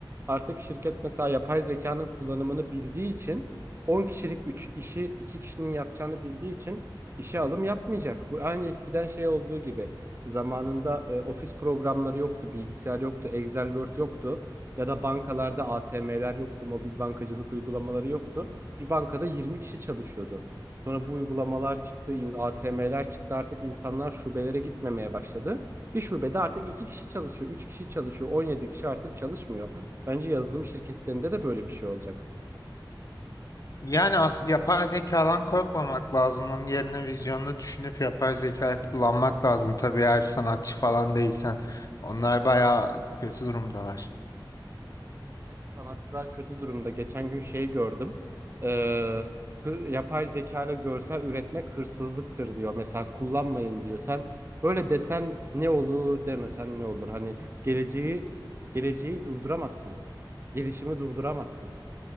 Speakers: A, on the right; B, on the left.
A: artık şirket mesela yapay zekanın kullanımını bildiği için 10 kişilik 3 işi 2 kişinin yapacağını bildiği için işe alım yapmayacak. Bu aynı eskiden şey olduğu gibi zamanında e, ofis programları yoktu, bilgisayar yoktu, Excel, Word yoktu. Ya da bankalarda ATM'ler yoktu, mobil bankacılık uygulamaları yoktu. Bir bankada 20 kişi çalışıyordu. Sonra bu uygulamalar çıktı, in- ATM'ler çıktı artık insanlar şubelere gitmemeye başladı. Bir şubede artık 2 kişi çalışıyor, 3 kişi çalışıyor, 17 kişi artık çalışmıyor. Bence yazılım şirketlerinde de böyle bir şey olacak.
B: Yani as yapay zekadan korkmamak lazım. Onun yerine vizyonunu düşünüp yapay zekayı kullanmak lazım. Tabii eğer sanatçı falan değilsen. Onlar bayağı kötü durumdalar.
A: Evet, sanatçılar kötü durumda. Geçen gün şeyi gördüm. Ee, hı- yapay zeka ile görsel üretmek hırsızlıktır diyor. Mesela kullanmayın diyor. Sen böyle desen ne olur, demesen ne olur? Hani geleceği geleceği durduramazsın. Gelişimi durduramazsın.